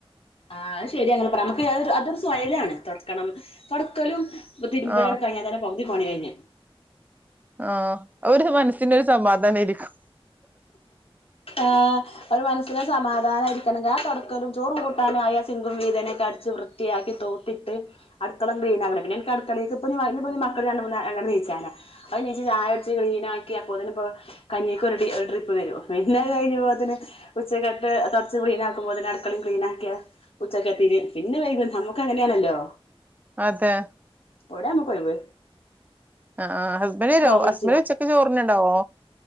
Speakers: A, on the left; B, on the right.
A: ആഹ് അത് ശരി ഇങ്ങള് പറ മ്മക്ക് അത് അതൊരു സ്വയ്ലി ആണ് തൊടക്കണം തൊടക്കലും പ്പ തിരുമ്പലങ്ങട്
B: ആഹ്
A: കഴിഞ്ഞാൽ തന്നെ പകുതി പണികഴിഞ്ഞു
B: ആഹ് അവൊരു മനസ്സിനൊരു സമാധാനായിരിക്കും
A: ആഹ് ഒരു മനസ്സിന് സമാധാനായിരിക്കണം ഞാൻ തൊടക്കലും ചോറും കൂട്ടാനും ആയ സിംഗും വീതനെക്കെ അടിച്ചു വൃ ത്ത്യാക്കി തൂത്തിട്ട് അടുക്കള ക്ലീനാക്കണം പിന്നെ എനിക്ക് അടുക്കളേക്ക് ഇപ്പ ഇഞ്ഞി വാ ഞാപ്പഞ്ഞി മക്കള് രണ്ടു മൂന്ന് ആ ഏതാണ്ട് നീച്ചേനെ അത് നീച്ച് ചായുടിച്ച് ക്ലീനാക്കി അപ്പോത്തിന് പ്പോ കഞ്ഞിക്കൊരു ണ്ടി ഒര് ട്രിപ്പ് വരും പിന്നെ അത് കഴിഞ്ഞ്മ്പോത്തിന് ഉച്ചക്കത്തെ തൊടച്ച് ക്ലീൻ ആക്കുമ്പോ തന്നെ അടുക്കളിം ക്ലീൻ ആക്ക്യാ ഉച്ചക്കത്തിന് പിന്നെ വൈകു നമുക്ക് അങ്ങനെ ആണല്ലോ
B: അതെ
A: എവടാമ്കൊഴിവ്
B: ആഹ് ആഹ് ഹസ്ബൻ്റെരോ
A: വിളിച്ചാ
B: ഹസ്ബൻ്റ് ഉച്ചക്ക് ചോറിനുണ്ടാവോ